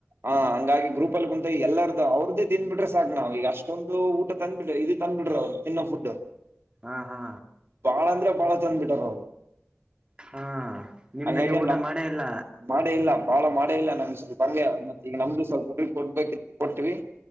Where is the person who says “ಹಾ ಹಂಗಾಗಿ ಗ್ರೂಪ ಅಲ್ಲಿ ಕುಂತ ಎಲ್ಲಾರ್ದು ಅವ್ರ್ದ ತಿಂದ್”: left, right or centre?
Right